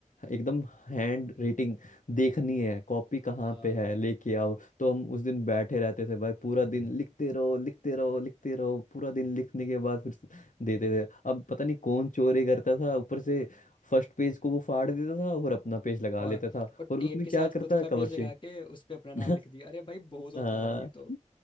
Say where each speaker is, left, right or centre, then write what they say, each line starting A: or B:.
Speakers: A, on the left; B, on the left.
A: एकदम हैंड रेटिंग देखनी है कॉपी कहाँ
B: हाँ
A: पे है लेके आओ तो हम उस दिन बैठे रहते थे भाई पूरा दिन लिखते रहो लिखते रहो लिखते रहो पूरा दिन लिखने के बाद फिर से देते थे अब पता नहीं कौन चोरी करता था ऊपर से फर्स्ट पेज को वो फाड़ देता था और अपना पेज लगा
B: और
A: लेता था
B: और
A: और
B: टेप
A: उसमें
B: के
A: क्या
B: साथ
A: करता
B: खुद
A: है
B: का पेज
A: कवर से
B: लगा के उस पे अपना नाम
A: <laughs>
B: लिख दिया अरे भाई बहुत होता
A: हाँ
B: था ये तो